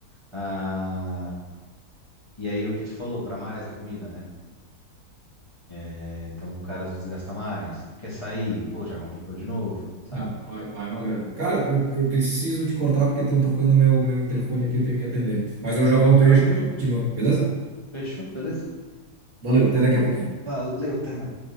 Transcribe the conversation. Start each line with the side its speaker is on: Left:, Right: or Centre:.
Left: Ah, e aí o que tu falou, pra mais a comida, né? É, então o cara às vezes gasta mais, quer sair, pô, já complicou de novo, sabe?
Right: Não, vai, vai uma grana. Cara, eu, eu preciso te cortar porque estão tocando meu, meu interfone aqui, eu tenho que atender. Mas eu já volto
Left: Tranquilo?
Right: aí, a gente já continua, beleza?
Left: Fechou? Beleza?
Right: Valeu, até daqui a pouquinho.
Left: Valeu, até, mano.